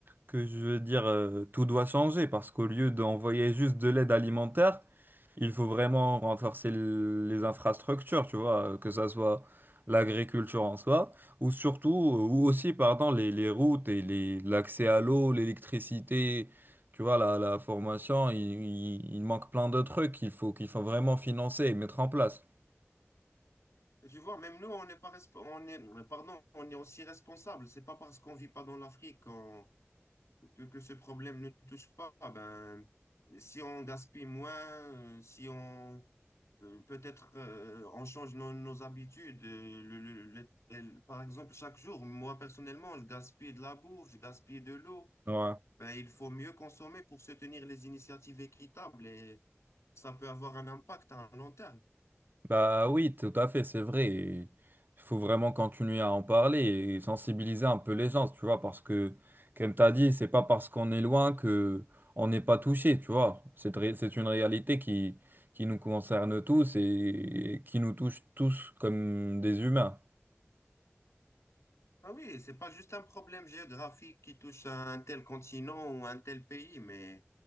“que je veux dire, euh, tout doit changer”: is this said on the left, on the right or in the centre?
Right